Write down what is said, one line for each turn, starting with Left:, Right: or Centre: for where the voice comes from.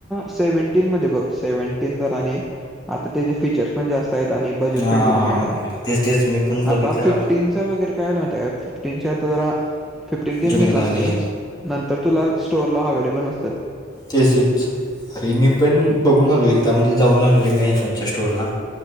Centre: सेव्हन्टीन मध्ये बघ सेव्हन्टीन ज आणि आता त्याचे फीचर्स पण जास्त आहेत आणि बजेट
Left: हा
Centre: फ्रेंडली पण मिळाला आहे
Left: तेच तेच मी पण बघितलं
Centre: आता फिफ्टीन त काय फफ्टीन आता ज फिफ्टीन ट
Left: जुनं
Centre: घेतलाच
Left: झाले
Centre: नाही नंतर तुला स्टोरला अवेलेबल नसतात.
Left: तेसेच अरे मी पण बघून आलो एकदा म्हणजे जाऊन आलो रे मी फोनच्या स्टोअरला,